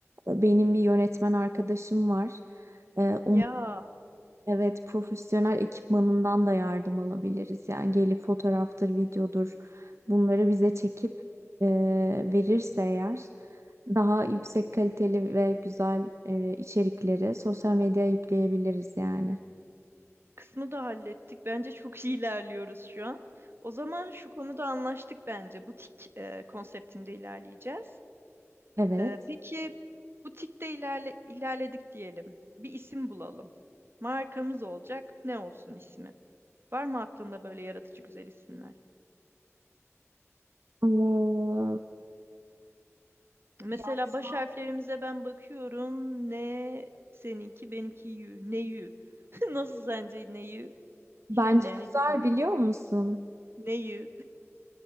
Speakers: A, on the right (about 65°); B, on the right (about 50°).
A: Benim bir yönetmen arkadaşım var. Ee, onun
B: Ya
A: evet profesyonel ekipmanından da yardım alabiliriz. Yani gelip fotoğraftır, videodur bunları bize çekip e, verirse eğer daha yüksek kaliteli ve güzel e, içerikleri sosyal medyaya yükleyebiliriz yani.
B: kısmı da hallettik. Bence çok iyi ilerliyoruz şu an. O zaman şu konuda anlaştık bence. Butik e, konseptinde ilerleyeceğiz.
A: Evet.
B: E, peki butikte ilerle, ilerledik diyelim. Bir isim bulalım. Markamız olacak. Ne olsun ismi? Var mı aklında böyle yaratıcı güzel isimler?
A: Eee,
B: Mesela
A: yani şu
B: baş
A: an
B: harflerimize ben bakıyorum. Ne seninki, benimki yü. Ne yü? <laughs> Nasıl sence ne yü?
A: bence
B: Yüne,
A: güzel
B: ne
A: biliyor
B: yü?
A: musun?
B: Ne yü?